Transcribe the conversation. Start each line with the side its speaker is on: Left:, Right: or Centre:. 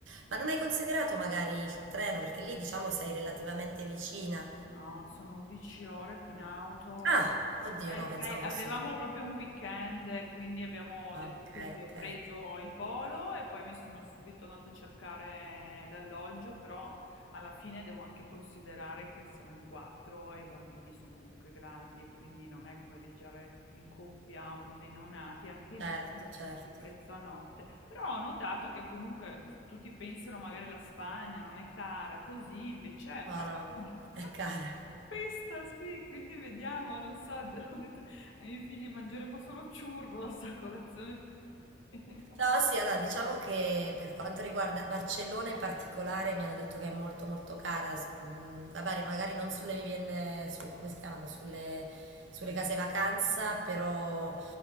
Right: Ma non hai considerato magari il treno? Perché lì diciamo sei relativamente vicina.
Left: No, sono 11 ore in auto,
Right: Ah, oddio,
Left: Eh,
Right: no, pensavo
Left: sai, avevamo
Right: fosse di
Left: proprio un weekend, quindi abbiamo
Right: Ah,
Left: detto
Right: ok,
Left: così,
Right: ok.
Left: ho preso il volo e poi mi sono subito andata a cercare l'alloggio, però alla fine devo anche considerare che siamo in quattro e i bambini sono comunque grandi e quindi non è come viaggiare in coppia o con dei neonati, anche
Right: Certo,
Left: lì
Right: certo.
Left: il prezzo a notte, però ho notato che comunque tutti pensano magari la Spagna non è cara, così invece, è,
Right: No,
Left: beh,
Right: no,
Left: ma- <laughs>
Right: è cara.
Left: questa sì, quindi vediamo, non so, <laughs> ho detto ai miei figli mangeremo solo churros a colazione. <laughs>
Right: No, sì, allora diciamo che per quanto riguarda Barcellona in particolare mi hanno detto che è molto molto cara, s- mm, vabbè, magari non sulle vivende, su, come si chiamano, sulle, sulle case vacanza, però